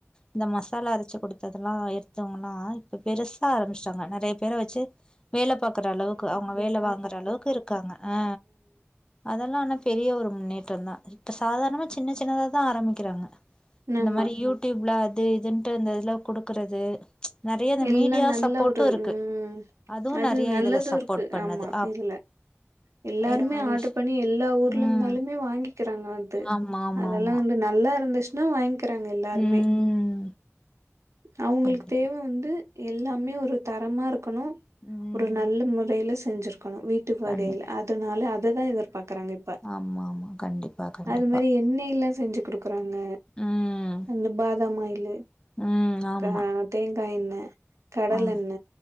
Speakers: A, on the left; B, on the right.
A: இந்த மசாலா அரச்சு குடுத்ததுலா எடுத்தவங்கள இப்ப பெருசா ஆரம்மிச்டாங்க நறைய பேர வச்சு வேல பாக்குற அளவுக்கு அவங்க வேல வாங்குற அளவுக்கு இருக்காங்க ஆ அதல்லா ஆன பெரிய ஒரு முன்னேற்றந்தா இப்ப சாதாரணமா சின்ன சின்னதா தா ஆரமிக்கிறாங்க இந்த
B: ஆமா
A: மாரி யூடியூப்ல இது இதுன்ட்டு இந்ததுல குடுக்குறது நெறைய இந்த
B: எல்லா
A: மீடியா
B: நல்ல
A: சப்போர்ட்டும்
B: ஒரு
A: இருக்கு
B: ம்
A: அதுவு
B: அது
A: நெறைய
B: நல்லது
A: இதுல சப்போர்ட்
B: இருக்கு
A: பண்ணுது
B: ஆமா இதுல எல்லாருமே
A: இது மாரி
B: ஆர்டர்
A: விஷ்
B: பண்ணி எல்லா ஊர்ல
A: ம்
B: இருந்தாலுமே வாங்கிக்கிறாங்க அது
A: ஆமா ஆமா
B: அதெல்லா
A: ஆமா
B: வந்து நல்லா நல்லா இருந்துச்சுனா வாங்க்க இருக்கிறாங்க எல்லாருமே
A: ம்
B: அவுங்களுக்கு
A: கண்டிப்பா
B: தேவ வந்து எல்லாமே ஒரு தரமா இருக் கணும்
A: ம்
B: ஒரு நல்ல முறையில செஞ்சிருக் க்கணும் வீட்டு போகையில
A: கண்டி
B: அதனால அததா எதற் பாக்குறாங்க இப்ப
A: ஆமா ஆமா கண்டிப்பா கண்டிப்பா
B: அது மாரி என்ண்ணெயல்ல செஞ்சு கொடுக்கு பாங்க
A: ம்
B: அந்த பாதாம் ஆயிலு
A: ம் ஆமா
B: க தேங் கைன கடல்
A: ஆமா
B: என்ன